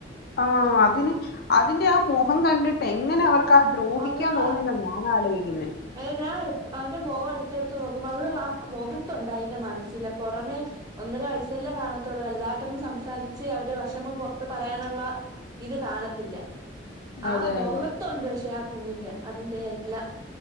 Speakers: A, on the left; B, on the right.
A: ആ അതിന് അതിന്റെ ആ മുഖം കണ്ടിട്ട് എങ്ങനെ അവർ ക്കാ ദ്രോഹിക്കാൻ
B: അതാ
A: തോന്നിന്നാ ഞാൻ ആലോചിക്കുന്നെ
B: ഏ ഞാൻ അതിന് മുഖം അടുത്ത് എടുത്ത് നോക്കുമ്പോ അതിന്റെ മുഖത്തുണ്ട് അതിന്റെ മനസ്സില് പുറമേ ഒന്നര വയസ്സല്ലേ കാണത്തുള്ളൂ വലുതായിട്ടൊന്നും സംസാരിച്ച് അവന്റെ വെഷമം പുറത്ത് പറയാനുള്ള ഇത് കാണത്തില്ല.
A: അതെ
B: ആ മൊഖത്തുണ്ട്
A: അതെ
B: പക്ഷെ ആ കുഞ്ഞിന്റെ അതിന്റെ എല്ലാ